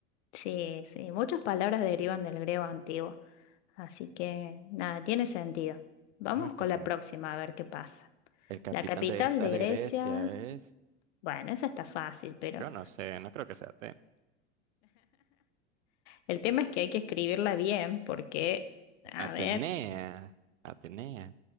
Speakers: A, on the left; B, on the right.
A: Sí, sí, muchas palabras derivan del griego antiguo, así que nada, tiene sentido. Vamos
B: Vamos a ver
A: con
B: qué tal.
A: la próxima a ver qué pasa.
B: El capitán
A: La capital
B: de tal
A: de Grecia,
B: Grecia es.
A: bueno, esa está fácil, pero
B: Yo no sé, no creo que sea Aten-
A: el tema es que hay que escribirla bien porque, a
B: Atenea.
A: ver,
B: Atenea.